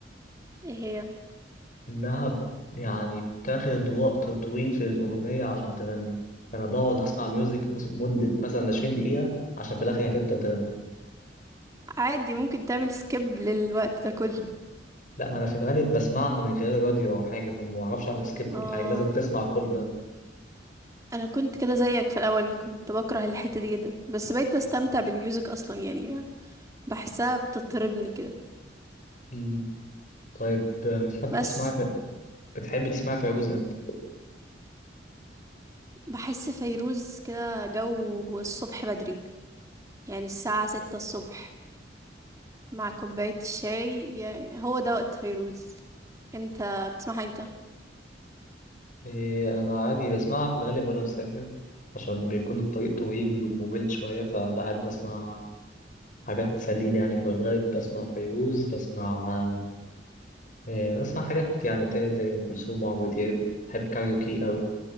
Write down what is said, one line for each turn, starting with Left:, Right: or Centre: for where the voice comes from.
Right: ايه هي
Left: انها ب- يعني بتاخد وقت طويل في الاغنيه عشان تغني انا بقعد اسمع ميوزك مس- مده مثلا 20 دقيقه عشان في الاخر هي تبدا تغني
Right: عادي ممكن تعمل سكيب للوقت ده كله
Left: لا ما انا في الغالب بسمعها من خلال الراديو او حاجه فما بعرفش اعمل سكيب
Right: آه
Left: ولا حاجه لازم تسمع كل ده
Right: أنا كنت كده زيك في الأول كنت بكره الحتة دي جدا بس بقيت بستمتع بالميوزك أصلا يعني بحسها بتطربني كده
Left: مم. طيب بتحب
Right: بس
Left: تسمعي في... بتحب تسمعي فيروز امتى
Right: بحس فيروز كده جو الصبح بدري يعني الساعة ستة الصبح مع كوباية الشاي يعني هو ده وقت فيروز انت بتسمعها امتى؟
Left: إيه انا عادي بسمعها في الغالب وانا مسافر عشان بيكون الطريق طويل وممل شويه فبحب اسمع حاجات تسليني يعني في الغالب بسمع فيروز بسمع آه، بسمع حاجات يعني تاني زي أم كلثوم وعمرو دياب بحب كاريوكي قوي